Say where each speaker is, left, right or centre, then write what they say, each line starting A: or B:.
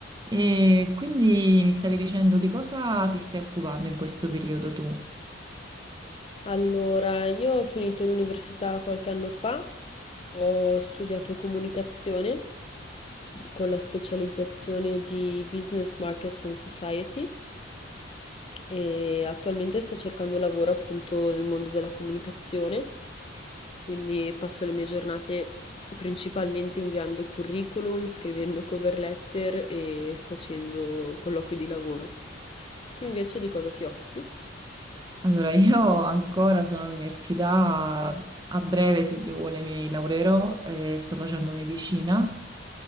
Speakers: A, on the right; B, on the left.
A: E quindi mi stavi dicendo di cosa ti stai occupando in questo periodo tu?
B: Allora, io ho finito l'università qualche anno fa, ho studiato comunicazione con la specializzazione di Business Markets and Society e attualmente sto cercando lavoro appunto nel mondo della comunicazione, quindi passo le mie giornate principalmente inviando curriculum, scrivendo cover letter e facendo colloqui di lavoro. Tu invece di cosa ti occupi?
A: Allora, <laughs> io ancora sono all'università, a breve, se Dio vuole, mi laureerò e sto facendo medicina.